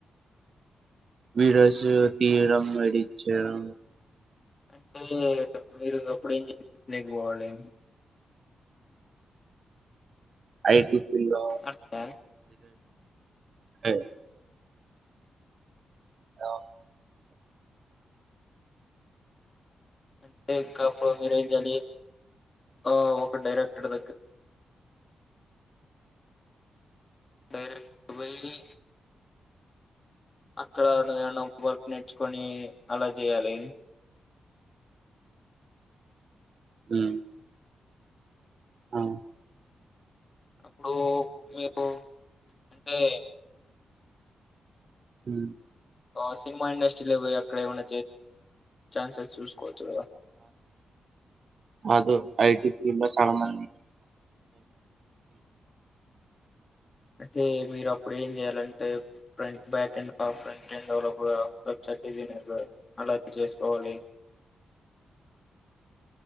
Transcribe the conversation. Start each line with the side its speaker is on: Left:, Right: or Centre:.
Right: <unintelligible>
Left: అంటే మీరు ఇంకప్పుడు ఏం చేలేకపోవాలి
Right: ఐటి పిల్డ్ లో
Left: అంటే
Right: అ అవు
Left: అంటే ఇంక ఆప్పుడు మీరు ఏం చేయాలి ఆ ఒక డైరాక్టర్ దగ్గర డైరెక్ట్ పోయి ఇక్కడ <unintelligible> కొని అలా చేయాలి
Right: హు అ
Left: అప్పుడు మీరు అంటే
Right: హు
Left: ఆ సినిమా ఇండస్ట్రీలో పోయి అక్కడే ఉన్న ఛాన్స్ చూసుకోవచ్చు కదా
Right: కాదు ఐటీ ఫీల్డ్ లో చాలా మంది
Left: అంటే మీరు అప్పుడు ఏం చేయాలంటే from back end front end వా. ళ కూడా వెబ్సైట్ డిజైనర్ అలాది చేసుకోవాలి